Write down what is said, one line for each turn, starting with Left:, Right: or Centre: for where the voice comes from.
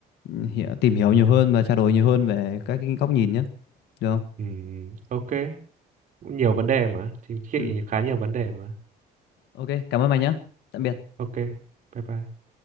Left: hiểu, tìm hiểu nhiều hơn và trao đổi nhiều hơn về các cái góc nhìn nhé. Được không?
Right: ừ ok cũng nhiều vấn đề mà chính trị
Left: Ừ.
Right: khá nhiều vấn đề mà
Left: Ok, cảm ơn mày nhé. Tạm biệt.
Right: ok bye bye